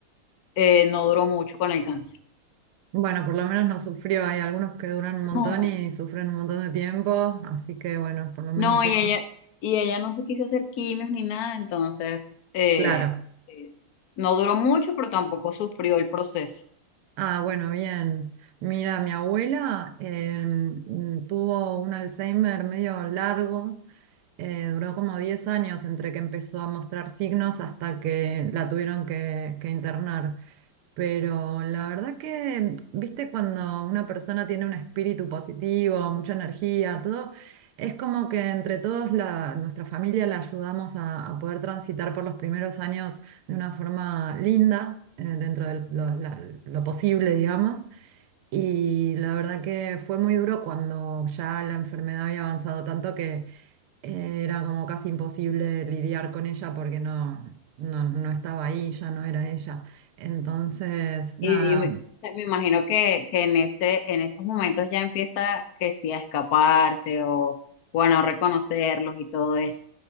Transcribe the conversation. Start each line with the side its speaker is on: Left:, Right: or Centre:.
Left: eh, no duró mucho con el cáncer.
Right: Bueno, por lo menos no sufrió. Hay algunos que duran un montón
Left: No,
Right: y sufren un montón de tiempo, así que bueno, por lo menos
Left: no, y
Right: eso.
Left: ella, y ella no se quiso hacer quimios ni nada, entonces eh,
Right: Claro.
Left: eh, no duró mucho, pero tampoco sufrió el proceso.
Right: Ah, bueno, bien. Mira, mi abuela em, tuvo un Alzheimer medio largo. Eh, duró como 10 años entre que empezó a mostrar signos hasta que la tuvieron que, que internar. Pero la verdad que, viste, cuando una persona tiene un espíritu positivo, mucha energía, todo, es como que entre todos la, nuestra familia la ayudamos a, a poder transitar por los primeros años de una forma linda, eh, dentro de lo, la- lo posible, digamos. Y la verdad que fue muy duro cuando ya la enfermedad había avanzado tanto que eh, era como casi imposible lidiar con ella porque no, no, no estaba ahí, ya no era ella. Entonces, nada,
Left: Y me, o sea, me imagino que, que en ese, en esos momentos ya empieza que sí a escaparse o, o a no reconocerlos y todo eso.